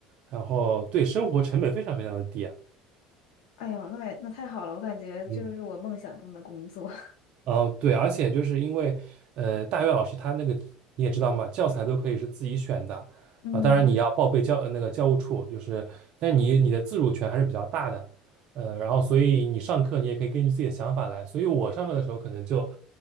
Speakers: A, on the right (about 40°); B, on the left (about 80°).
A: 然后对生活成本非常非常的低啊。
B: <laughs> 哎呦，那也那太好了，我感觉就是我梦想中的工作。
A: 嗯。
B: <laughs>
A: 哦，对，而且就是因为，呃，大学老师他那个你也知道嘛，教材都可以是自己选的，
B: 嗯，
A: 啊、当然你嗯要报备教呃那个教务处，就是，但你你的自主权还是比较大的，呃，然后所以你上课你也可以根据自己的想法来，所以我上课的时候可能就，